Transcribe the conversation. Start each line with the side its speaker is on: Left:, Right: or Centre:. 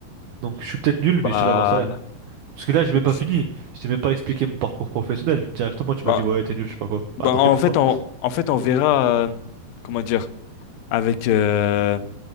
Right: Donc je suis peut-être nul, mais
Left: Bah,
Right: je te lave en salaire. Parce que là
Left: écoute,
Right: j'ai même pas
Left: si-
Right: fini, je t'ai même pas expliqué mon parcours professionnel. Directement tu
Left: bah,
Right: m'as dit ouais t'es nul, je sais pas quoi.
Left: bah,
Right: Bah tant
Left: en
Right: pis pour
Left: fait,
Right: toi.
Left: on, en fait, on verra, euh, comment dire, avec euh,